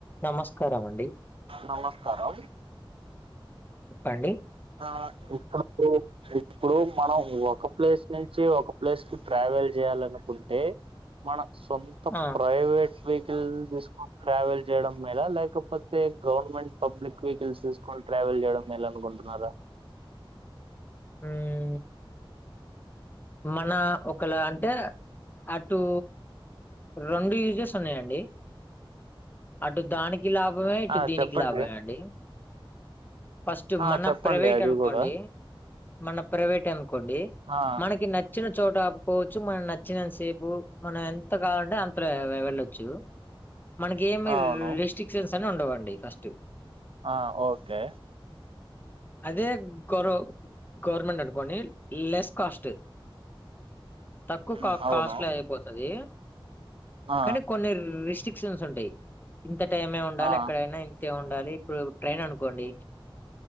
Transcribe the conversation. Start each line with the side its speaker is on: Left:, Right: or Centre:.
Left: నమస్కారం అండి
Right: ఆ నమస్కారం
Left: చెప్పండి
Right: ఆ ఒక్క ప్రూఫ్ చూపి ఇప్పుడు మనం ఒక ప్లేస్ నుంచి ఒక ప్లేస్ కి ట్రావెల్ చెయ్యాలనుకుంటే మన సొంత
Left: ఆ!
Right: ప్రైవేట్ వెహి వెకల్ తీసుకొని ట్రావెల్ చేయడం మేల లేకపోతే గవర్నమెంట్ పబ్లిక్ వెహికల్స్ తీసుకు కొని ట్రావెల్ చేయడం మేలనుకుంటున్నార
Left: హ్మ్ మన ఒకల అంటే అటూ రెండు యూజెస్ ఉన్నాయండి అటు దానికి లాభమే ఇటు
Right: ఆ
Left: దీనికి
Right: చెప్పండి
Left: లాభమే అండి ఫస్ట్
Right: ఆ
Left: మన
Right: చెప్పండి
Left: ప్రైవేట్
Right: అది
Left: అనుకోండి
Right: కూడా
Left: మన ప్రైవేట్ అనుకోండి
Right: ఆ
Left: మనకి నచ్చి నచ్చిన చోట ఆపుకోవచ్చు మనం నచ్చినంత సేపు మనం ఎంత కావాలంటే అంతలో వెళ్ళొచ్చు మనకి ఎమి
Right: అవును
Left: రెస్ట్రిక్షన్స్ అని ఉండవండి ఫస్ట్
Right: ఆ ఒకే
Left: అదే గోరొ గవర్నమెంట్ అనుకోండి లెస్ కాస్ట్ తక్కువ
Right: ఉమ్,
Left: కా
Right: అవును
Left: కాస్ట్ లో అయిపోతది
Right: ఆ
Left: కానీ కొన్ని రిస్ట్రిక్షన్స్ ఉంటాయి ఇంత టైమే ఉండాలి
Right: ఆ
Left: ఎక్కడైనా ఉండాలి ఇప్పుడు ట్రైన్ అనుకోండి